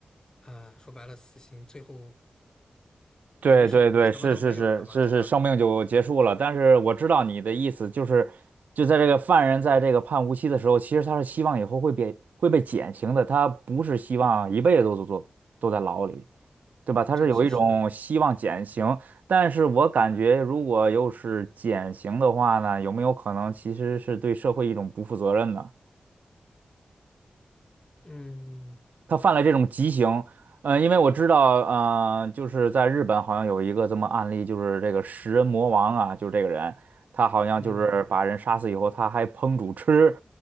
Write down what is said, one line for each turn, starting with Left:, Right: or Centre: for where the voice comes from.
Left: 呃，说白了，死刑最后
Right: 对对对，
Left: 肯定是什么都没有了嘛，
Right: 是是是是是，
Left: 对吧？
Right: 生命就结束了。但是我知道你的意思，就是就在这个犯人在这个判无期的时候，其实他是希望以后会被会被减刑的，他不是希望一辈子都都都都在牢里，对吧？他是有一种希望减刑，
Left: 对，就是，
Right: 但是我感觉如果又是减刑的话呢，有没有可能其实是对社会一种不负责任呢？
Left: 嗯
Right: 他犯了这种极刑，呃，因为我知道，呃，就是在日本好像有一个这么案例，就是这个食人魔王啊，就是这个人，他好像就是把人杀死以后，
Left: 嗯
Right: 他还烹煮吃，